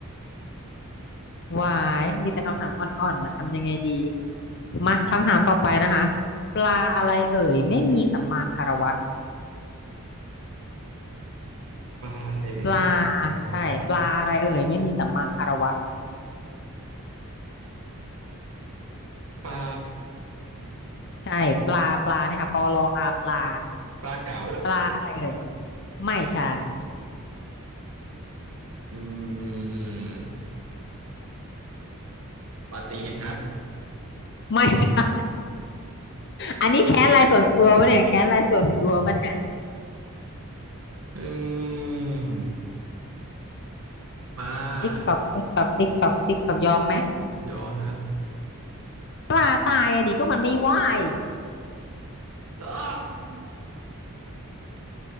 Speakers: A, on the left; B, on the right.
A: วายมีแต่คำถามอ่อนๆนะทำยังไงดีมาคำถามต่อไปนะคะปลาอะไรเอ่ยไม่มีสัมมาคารวะ
B: ปลาอะไรไม่มี
A: ปลา
B: คารวะ
A: ใช่ปลาอะไรเอ่ยไม่มีสัมมาคารวะ
B: ปลา
A: ใช่ปลาปลาเนี่ยค่ะปลออาปลา
B: ปลาเก๋า
A: ปลาอะไรเอ่ยไม่ใช่
B: อืมปลาตีนครับ
A: ไม่ใช่ อันนี้แค้นรายส่วนตัวปะเนี่ยแค้นรายส่วนตัวปะเนี่ย
B: อืมปลา
A: ติ๊กตอกติ๊กตอกติ๊กตอกติ๊กตอกยอมไหม
B: ยอมครับ
A: ปลาตายอะดิก็มันไม่ว่า <laughs> ย
B: อ้าว